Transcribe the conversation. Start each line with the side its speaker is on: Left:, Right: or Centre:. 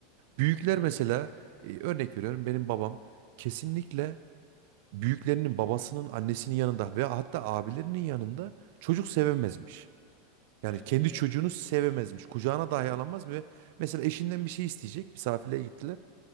Right: Büyükler
Left: Hı hı.
Right: mesela e, örnek veriyorum benim babam kesinlikle büyüklerinin babasının annesinin yanında ve hatta abilerinin yanında çocuk sevemezmiş. Yani
Left: Evet
Right: kendi
Left: evet.
Right: çocuğunu sevemezmiş. Kucağına
Left: Evet.
Right: dahi alamaz ve mesela eşinden bir şey isteyecek. Misafirliğe gittiler.